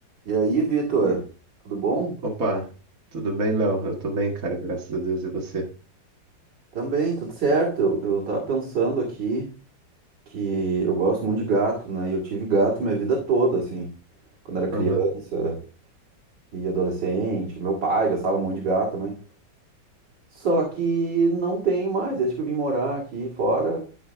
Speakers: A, on the right; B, on the right.
A: E aí, Vitor,
B: E-
A: tudo bom?
B: Opa, tudo bem, Léo? Eu tô bem, cara, graças a Deus. E você?
A: Também, tudo certo. Eu, eu tava pensando aqui que eu gosto muito de gato, né? E eu tive gato minha vida toda, assim. Quando era criança
B: Aham.
A: e adolescente. Meu pai gostava muito de gato também. Só que não tenho mais, desde que eu vim morar aqui fora,